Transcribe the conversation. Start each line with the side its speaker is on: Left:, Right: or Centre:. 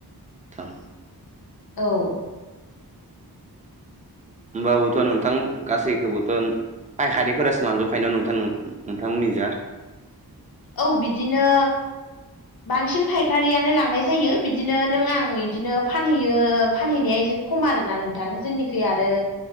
Right: नोंथां
Left: औ
Right: होमबाबोथ' नोंथां गासैखौबोथ' फायखारिफोरासो लांजोबखायो ना नोंथां नोंथांमोननि जा?
Left: औ बिदिनो बांसिन फायखारियानो लांनाय जायो बिदिनो नों आं बिदिनो फानहैयो फानहैनाया एसे खम आरोना नोंथां जोंनिखै आरो